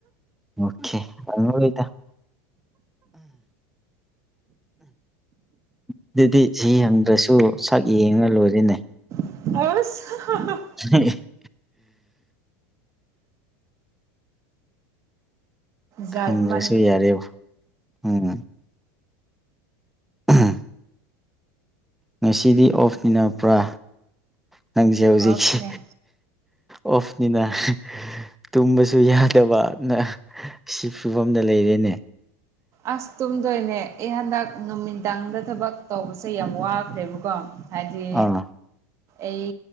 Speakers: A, in the centre; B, on the right.
A: ꯑꯣꯀꯦ ꯍꯪꯉꯔꯣꯏꯗ ꯑꯗꯨꯗꯤ ꯖꯤ ꯍꯪꯗ꯭ꯔꯁꯨ ꯁꯛ ꯌꯦꯡꯉ ꯂꯣꯏꯔꯦꯅꯦ
B: ꯑꯁ <unintelligible>
A: <unintelligible>
B: ꯖꯥꯠ
A: ꯍꯪꯗ꯭ꯔꯁꯨ
B: ꯑꯃꯅꯤꯍꯦ
A: ꯌꯥꯔꯦꯕꯣ ꯎꯝ ꯎꯝ ꯉꯁꯤꯗꯤ ꯑꯣꯐ ꯃꯤꯅꯥꯄ꯭ꯔꯥ ꯅꯪꯁꯦ ꯍꯧꯖꯤꯛꯁꯤ
B: ꯑꯣꯐꯅꯦ
A: ꯑꯣꯐꯅꯤꯅ ꯇꯨꯝꯕꯁꯨ ꯌꯥꯗꯕꯅ ꯁꯤ ꯐꯤꯕꯝꯗ ꯂꯩꯔꯦꯅꯦ
B: ꯑꯁ ꯇꯨꯝꯗꯣꯏꯅꯦ ꯑꯩ ꯍꯟꯗꯛ ꯅꯨꯃꯤꯗꯥꯡꯗ ꯊꯕꯛ ꯇꯧꯕꯁꯦ ꯌꯥꯝ ꯋꯥꯈ꯭ꯔꯦꯕꯀꯣ ꯍꯥꯏꯗꯤ
A: ꯑꯥ
B: ꯑꯩ